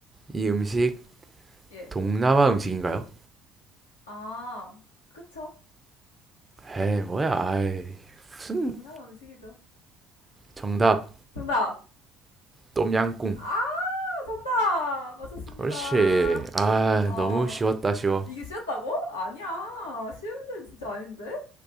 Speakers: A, on the right (about 20°); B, on the left (about 80°).
A: 이 음식,
B: 예.
A: 동남아 음식인가요?
B: 아, 그쵸?
A: 에이, 뭐야, 아이. 무슨,
B: 동남 음식이죠.
A: 정답.
B: 정답.
A: 똠양꿍.
B: 아, 정답 맞았습니다.
A: 그렇지. 아,
B: 아,
A: 너무 쉬웠다, 쉬워.
B: 이게 쉬웠다고? 아니야. 쉬운 문제는 진짜 아닌데?